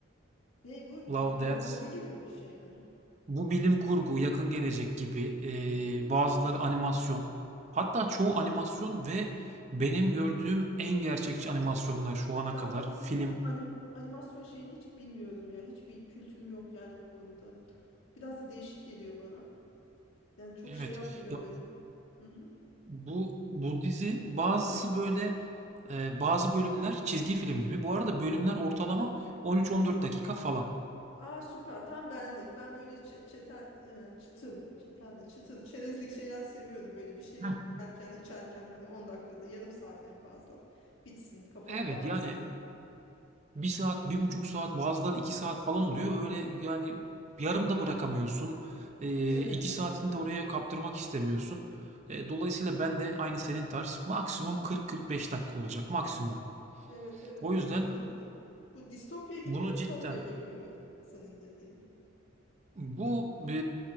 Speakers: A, on the left; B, on the right.
A: Ne bu?
B: Love
A: Böyle bilim
B: Death,
A: kurgu gibi bir şey mi?
B: Bu bilim
A: Rob.
B: kurgu, yakın gelecek gibi. eee,
A: Hmm.
B: bazıları animasyon. Hatta çoğu animasyon ve benim gördüğüm en gerçekçi animasyonlar şu ana
A: Ben
B: kadar.
A: bu
B: Film.
A: anim, animasyon şeyini hiç bilmiyorum ya. Hiçbir kültürüm yok yani o konuda. Biraz da değişik geliyor bana. Yani çok
B: Evet.
A: şey yapmıyor
B: Ya
A: beni. Hı-hı.
B: bu bu dizi bazısı böyle eee, bazı bölümler çizgi film gibi. Bu arada bölümler ortalama 13-14 dakika falan.
A: Aa süper. Tam benlik. Ben böyle çe- çetel, e, çıtır, çetel ne? Çıtır, çerezlik şeyler seviyorum. Böyle bir şey
B: Heh,
A: yerken, içerken hani 10 dakikada, yarım saat en fazla. Bitsin, kafamı
B: Evet
A: dağıtsın.
B: yani Bir saat, bir buçuk saat, bazıları iki saat falan oluyor. Öyle yani yarım da bırakamıyorsun. Ee,
A: Evet.
B: iki saatini de oraya kaptırmak istemiyorsun. Ee, dolayısıyla ben de aynı senin tarz maksimum
A: Hı-hı.
B: 40-45 dakika olacak maksimum.
A: Evet, evet,
B: O
A: kesinlikle.
B: yüzden
A: Bu distopya gibi
B: bunu
A: mi,
B: cidden
A: ütopya gibi mi senin dediğin?
B: bu e,